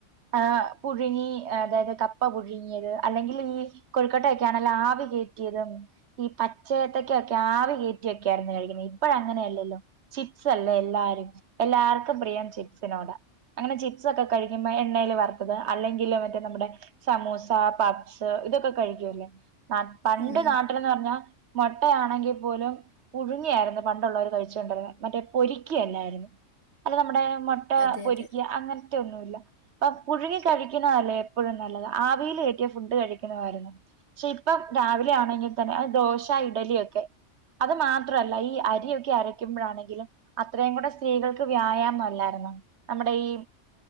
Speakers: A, on the right (about 65°); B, on the left (about 80°).
A: ആ പുഴുങ്ങി അതായത് കപ്പ പുഴുങ്ങിയത് അല്ലെങ്കിൽ ഈ കൊഴുക്കട്ടൊക്കൊണെല്ലോ ആവി കയറ്റിയതും ഈ പച്ച ഏത്തക്കയോക്കെ ആവി കയറ്റിയൊക്കെ ആയിരുന്നു കഴിക്കുന്നത് ഇപ്പോഴ് അങ്ങനെയല്ലല്ലോ ചിപ്സ് അല്ലേ എല്ലാരും എല്ലാർക്കും പ്രിയം ചിപ്സിനോടാ അങ്ങനെ ചിപ്സ് ഒക്കെ കഴിക്കുമ്പോ എണ്ണൽ വറുത്തത് അല്ലെങ്കിലും മറ്റേ നമ്മുടെ സമൂസ പപ്സ് ഇതൊക്കെ കഴിക്കുവാല്ലേ. പ പണ്ട്
B: ഉം.
A: നാട്ടിലെന്ന് പറഞ്ഞാ മുട്ടയാണെങ്കിൽ പോലും പുഴുങ്ങിയാരുന്നു പണ്ടുള്ളവര് കഴിച്ചു കൊണ്ടായിരുന്നത് മറ്റേ പൊരിയ്ക്കാല്ലാരുന്നു അത് നമ്മുടെ മുട്ട
B: അതെ
A: പൊരിക്യാ
B: അതെ.
A: അങ്ങനെ റ്റ് ഒന്നുമില്ല അപ് പുഴുങ്ങി കഴിക്കുന്നതല്ലേ എപ്പോഴും നല്ലത് ആവില് കെറ്റിയ ഫുഡ് കഴിക്കുന്നാതാരുന്നു. പക്ഷെ ഇപ്പം രാവിലെ ആണെങ്കിൽ തന്നെ അത് ദോശ, ഇഡലിയൊക്കെ അത് മാത്ര അല്ല ഈ അരിയൊക്കെ അരയ്ക്കുമ്പോഴാണെങ്കിലും അത്രയും കൂടെ സ്ത്രീകൾക്ക് വ്യായാമം അല്ലായിരുന്നോ നമ്മുടെ ഈ